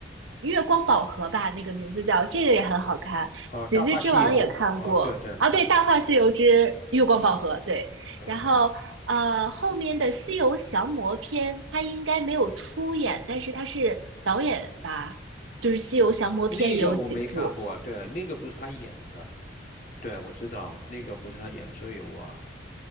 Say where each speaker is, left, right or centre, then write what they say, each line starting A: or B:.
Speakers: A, on the right; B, on the left.
A: 《月光宝盒》吧，那个名字叫，这个也很好看，
B: 哦，
A: 《喜剧之王》也看过啊，
B: 《大话西游》哦，对对对
A: 对，《大话西游之月光宝盒》对。
B: 对对，
A: 然后呃，后面的《西游降魔篇》他应该没有出演，但是他是导演吧？就是《西游降魔篇》也有几部，
B: 那个我没看过，对，那个不是他演的，对，我知道那个不是他演，所以我